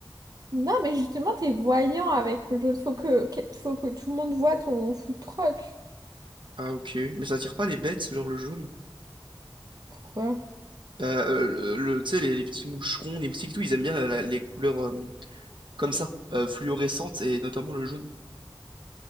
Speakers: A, on the right; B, on the right.
A: Non, mais justement, t'es voyant avec le jaune. Faut que, que- faut que tout le monde voit ton food truck.
B: Ah, ok. Mais ça attire pas les bêtes, ce genre le jaune?
A: Pourquoi?
B: Bah, euh, le, le- tu sais, les, les petits moucherons, les moustiques et tout, ils aiment bien la- la- les couleurs euh, comme ça, euh, fluorescentes, et notamment le jaune.